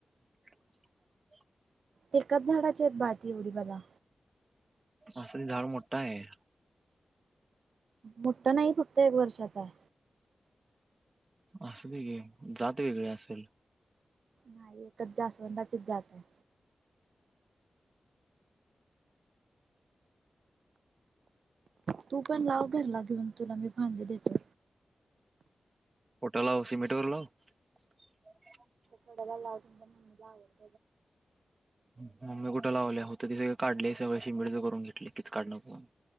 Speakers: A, on the right; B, on the right.
A: <inaudible>
B: एकाच झाडाची आहेत बाळ ती एवढी भला
A: अस ही झाड मोठ हाय.
B: मोठं नाही फक्त एक वर्षाच हाय
A: असुदे की जात वेगळी असलं
B: नाही एकच जास्वंदाचीच जात हाय तू पण <inaudible> लाव घरला घेऊन तुला मी फांदी देतो.
A: कुठ लावू? सिमेंट वर लावू <inaudible>
B: कडला लाव तुमच्या मम्मीला आवड
A: हम्म मम्मी कुठे लावल्या होतं ते सगळ काढलय सगळ शिमेटच करून घेतलय कीचकाट नको म्हणून